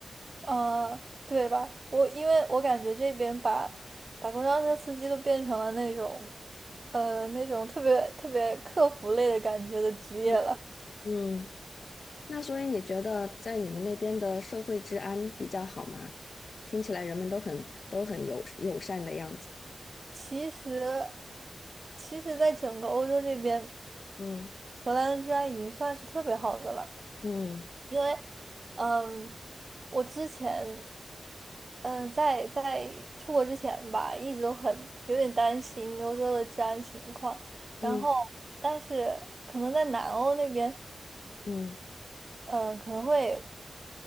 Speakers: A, on the right; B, on the left.
A: 嗯，对吧？我因为我感觉这边把把公交车司机都变成了那种，呃，那种特别特别客服类的感觉的职业了。
B: 嗯嗯，那所以你觉得在你们那边的社会治安比较好吗？听起来人们都很都很友友善的样子。
A: 其实，其实，在整个欧洲这边，
B: 嗯
A: 荷兰的治安已经算是特别好的了。
B: 嗯。
A: 因为，嗯，我之前，嗯，在在出国之前吧，一直都很有点担心欧洲的治安情况，然后，
B: 嗯
A: 但是可能在南欧那边。
B: 嗯
A: 嗯，呃可能会